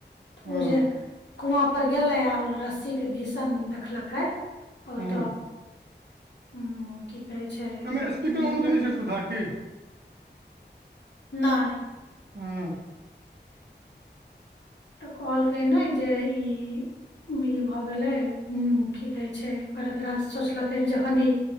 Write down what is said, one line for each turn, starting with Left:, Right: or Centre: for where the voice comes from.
Right: हँ
Left: ओ जे कुआँ पर गेले आ रस्सी घिसल देखलकै आ
Right: हूँ
Left: ओतो उ की कहै छै
Right: एहिमे स्पीकर
Left: देखलकै
Right: ऑन क नहि छै सुधा की
Left: नहि
Right: हँ
Left: तऽ कहलकै ने जे ई इ भऽ गेलै ह की कहै छै भरदराज सोचलकै जे जखन इ